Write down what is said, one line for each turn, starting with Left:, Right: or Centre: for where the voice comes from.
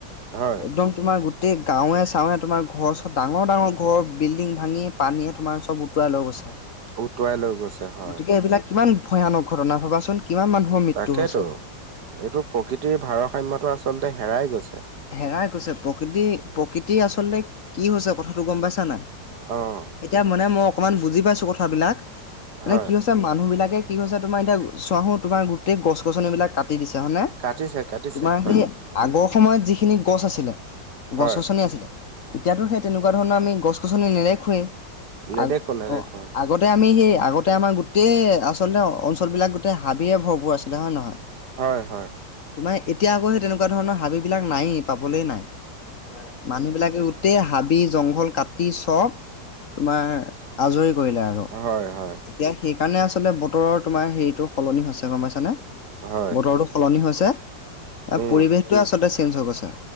Right: হয়,
Left: একদম তোমাৰ গোটেই গাঁৱে চাৱে তোমাৰ ঘৰ চৰ ডাঙৰ ডাঙৰ ঘৰ বিল্ডিং ভাঙি পানীয়ে তোমাৰ চব উটুৱাই লৈ গৈছে
Right: উটুৱাই লৈ গৈছে হয়,
Left: গতিকে এইবিলাক কিমান ভয়ানক ঘটনা ভাবাচোন কিমান মানুহৰ মৃত্যু
Right: তাকেতো
Left: হৈছে
Right: এইটো প্ৰকৃতিৰ ভাৰসাম্যটো আচলতে হেৰাই গৈছে
Left: হেৰাই গৈছে প্ৰকৃতি প্ৰকৃতি আচলতে কি হৈছে কথাটো গম পাইছা নাই
Right: অ',
Left: এতিয়া মানে মই অকণমান বুজি পাইছো কথাবিলাক মানে
Right: হয়,
Left: কি হৈছে মানুহবিলাকে কি হৈছে এতিয়া চোৱাচোন তোমাৰ গোটেই গছ গছনিবিলাক কাটি দিছে হয়নে
Right: কাটিছে, কাটিছে
Left: তোমাৰ
Right: হয়,
Left: সেই আগৰ সময়ত যি গছ আছিলে
Right: হয়,
Left: গছ গছনি আছিল এতিয়াতো সেই তেনেকুৱা ধৰণৰ আমি গছ গছনি নেদেখোৱে
Right: নেদেখো,
Left: আগ
Right: নেদেখো।
Left: অ আগতে আমি সেই আগতে আমাৰ গোটেই আচলতে অঞ্চল বিলাক গোটেই হাবিৰে ভৰপুৰ আছিলে হয়নে নহয়
Right: হয়, হয়,
Left: তোমাৰ এতিয়া আকৌ সেই তেনেকুৱা ধৰণৰ হাবি বিলাক নায়েই পাবলে নাই নাই মানুহ বিলাকে গোটেই হাবি জংঘল কাটি চব তোমাৰ আজৰি কৰিলে আৰু
Right: হয়, হয়,
Left: এতিয়া সেইকাৰণে আচলতে বতৰৰ তোমাৰ হেৰিটো সলনি হৈছে গম পাইছানে
Right: হয়,
Left: বতৰতো সলনি হৈছে এ
Right: উম,
Left: পৰিৱেশটোৱে আচলতে চেঞ্জ হৈ গৈছে